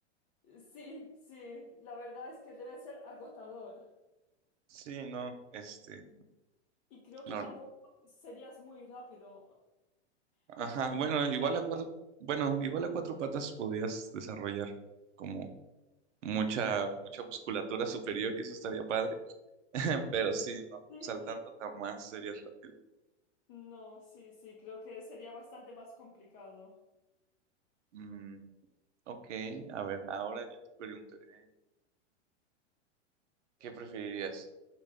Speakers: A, on the left; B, on the right.
A: Sí, sí, la verdad es que debe ser agotador.
B: Sí, no, este,
A: Y creo que
B: no.
A: tampoco serías muy rápido,
B: Ajá,
A: porque, mm,
B: bueno,
A: sí,
B: igual
A: claro,
B: a cuatro, bueno, igual a cuatro patas podías desarrollar como mucha, mucha musculatura superior y eso estaría padre. <laughs> Pero sí, no,
A: sí,
B: saltando jamás serías rápido.
A: no, sí, sí, creo que sería bastante más complicado.
B: Mm, Ok, a ver, ahora yo te preguntaré, ¿qué preferirías?